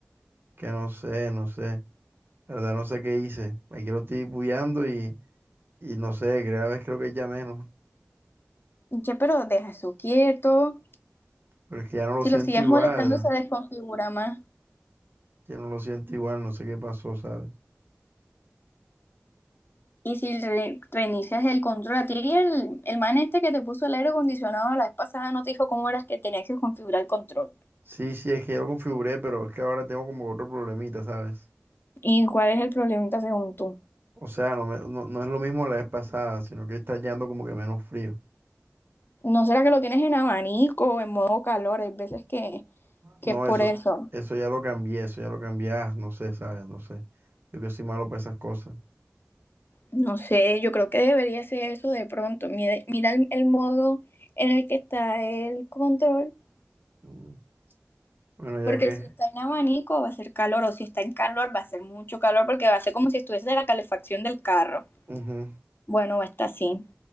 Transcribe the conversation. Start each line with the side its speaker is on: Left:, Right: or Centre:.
Right: Que no sé, no sé. La verdad, no sé qué hice. Aquí lo estoy apoyando y, y no sé, cada vez creo que ya menos.
Left: Ya, pero deja eso quieto.
Right: Pero es que ya no lo
Left: Si
Right: siento
Left: lo sigues
Right: igual.
Left: molestando, se desconfigura más.
Right: Ya no lo siento igual, no sé qué pasó, ¿sabes?
Left: Y si re- reinicias el control, a ti el, el man este que te puso el aire acondicionado la vez pasada no te dijo cómo eras que tenías que configurar el control.
Right: Sí, sí, es que ya lo configuré, pero es que ahora tengo como otro problemita, ¿sabes?
Left: ¿Y cuál es el problemita según tú?
Right: O sea, no, me- no, no es lo mismo la vez pasada, sino que está yendo como que menos frío.
Left: ¿No será que lo tienes en abanico o en modo calor? Hay veces que, que
Right: No,
Left: es por
Right: eso,
Left: eso.
Right: eso ya lo cambié, eso ya lo cambié, ah, no sé, ¿sabes? No sé. Yo que soy malo para esas cosas.
Left: No sé, yo creo que debería ser eso de pronto. Mira, mira el, el modo en el que está el control,
Right: Mm. Bueno, ya
Left: porque
Right: que,
Left: si está en abanico va a ser calor, o si está en calor va a ser mucho calor, porque va a ser como si estuviese de la calefacción del carro.
Right: ujú.
Left: Bueno, va a estar así. O